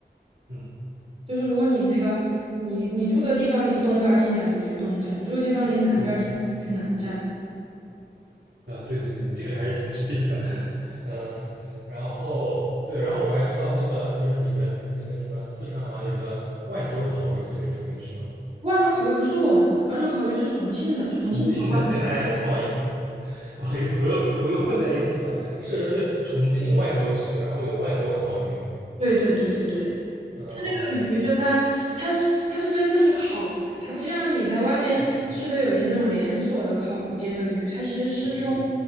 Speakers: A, on the right; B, on the right.
A: 嗯
B: 就是如果你那个你你住的地方离东边儿近点儿你就去东站；你住的地方离南边儿近点儿你就去南站。
A: 嗯，啊，对对对，你这个还是挺直接的，<laughs> 嗯，然后对，然后我还知道那个就是你们那个什么四川好像有个万州烤鱼特别出名是吗？
B: 万州烤鱼不是我们的，万州烤鱼是重庆的，重庆的万。
A: 重庆的，对，哎，我不好意思，不不不好意思，我又我又混在一起了，是，对，重庆万州区，然后有万州烤鱼，
B: 对对对对对，
A: 嗯
B: 这个鱼就它它是它是真的是烤鱼，它不像你在外面吃的有一些那种连锁的烤鱼店的鱼，
A: 嗯
B: 它其实是用
A: 嗯，